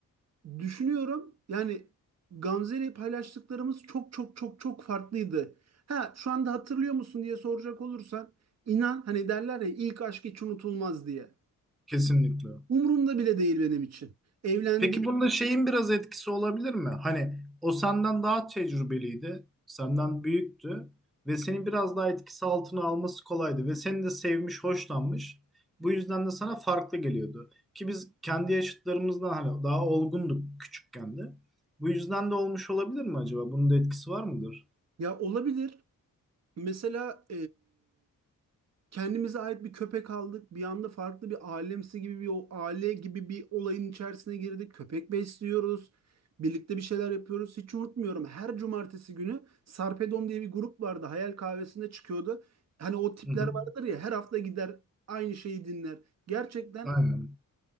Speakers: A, on the right (about 50°); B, in the centre.
A: Düşünüyorum yani Gamze ile paylaştıklarımız çok çok çok çok farklıydı. Ha şu anda hatırlıyor musun diye soracak olursan inan hani derler ya ilk aşk hiç unutulmaz diye.
B: Kesinlikle.
A: Umurumda bile değil benim için. Evlendik
B: Peki bunda şeyin biraz etkisi olabilir mi? Hani o senden daha tecrübeliydi. Senden büyüktü. Ve seni biraz daha etkisi altına alması kolaydı. Ve seni de sevmiş, hoşlanmış. Bu yüzden de sana farklı geliyordu. Ki biz kendi yaşıtlarımızdan hani daha olgunduk küçükken de. Bu yüzden de olmuş olabilir mi acaba? Bunun da etkisi var mıdır?
A: ya olabilir. Mesela kendimize ait bir köpek aldık. Bir anda farklı bir alemsi gibi bir o aile gibi bir olayın içerisine girdik. Köpek besliyoruz. Birlikte bir şeyler yapıyoruz. Hiç unutmuyorum. Her cumartesi günü Sarpedom diye bir grup vardı. Hayal kahvesinde çıkıyordu. Hani o tipler
B: Hı hı.
A: vardır ya her hafta gider aynı şeyi dinler. Gerçekten
B: Aynen.